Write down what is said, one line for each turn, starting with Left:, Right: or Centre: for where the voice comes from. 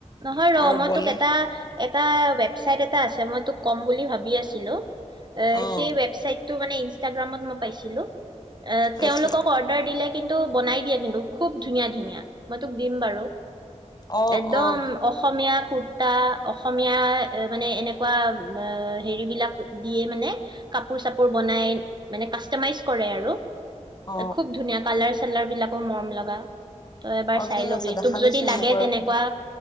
Right: নহয় ৰ
Left: আৰু
Right: মই
Left: বলে
Right: তোক এটা এটা ৱেবচাইট এটা আছে মই তোক ক'ম বুলি ভাবি আছিলো
Left: অ',
Right: সেই ৱেবছাইট ত মানে ইনষ্টাগ্ৰামত মই পাইছো পাইছিলো এ
Left: আচ্ছা
Right: তেওঁলোকক অৰ্ডাৰ দিলে কিন্তু বনাই দিয়ে কিন্তু খুব ধুনীয়া ধুনীয়া মই তোক দিম বাৰু
Left: অ
Right: একদম
Left: অ'।
Right: অসমীয়াত কুুৰ্তা অসমীয়া মানে এনেকুৱা হেৰিবিলাক দিয়ে মানে কাপোৰ চাপোৰ বনাই মানে কাষ্টমাইজ কৰে আৰু
Left: অ
Right: এ খুব ধুনীয়া কালাৰচ চেলাৰ বিলাকো মৰম লগা তই এবাৰ
Left: অ
Right: চাই
Left: ঠিক
Right: ল'বি
Left: আছে দেখাবিচোন
Right: তোক যদি লাগে
Left: মোক বাৰু
Right: তেনেকুৱা
Left: সেইটো